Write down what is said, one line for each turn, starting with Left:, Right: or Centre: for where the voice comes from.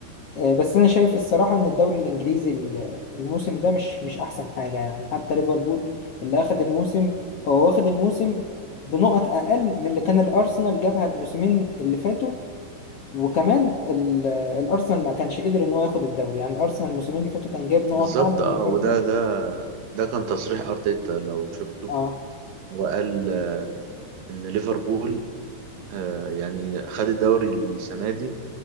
Left: آه، بس أنا شايف الصراحة إن الدوري الإنجليزي ال- الموسم ده مش مش أحسن حاجة يعني حتى ليفربول اللي أخد الموسم هو واخد الموسم بنقط أقل من اللي كان الأرسنال جابها الموسمين اللي فاتوا وكمان ال- الأرسنال ما كانش قدر إن هو ياخد الدوري يعني الأرسنال الموسمين اللي فاتوا كان جاب نقط
Right: بالظبط
Left: أعلى
Right: اه
Left: من ليفربول
Right: وده ده ده كان تصريح ارتيتا لو شفته
Left: اه
Right: هو قال ان ليفربول آه، يعني خد الدوري السنه دي